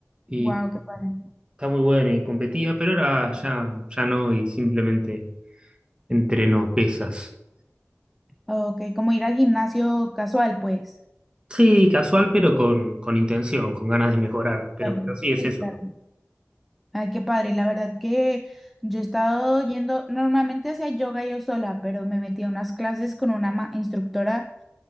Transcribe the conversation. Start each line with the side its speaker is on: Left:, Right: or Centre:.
Right: y
Centre: Wow, qué padre.
Right: está muy bueno y competía, pero ahora ya, ya no y simplemente entreno pesas.
Centre: Ok, como ir al gimnasio casual, pues.
Right: Sí, casual, pero con, con intención, con ganas de mejorar. Pero,
Centre: Vale.
Right: pero sí es
Centre: Sí,
Right: eso.
Centre: claro. Ay, qué padre. La verdad que yo he estado yendo, normalmente hacía yoga yo sola, pero me metí a unas clases con una ma- instructora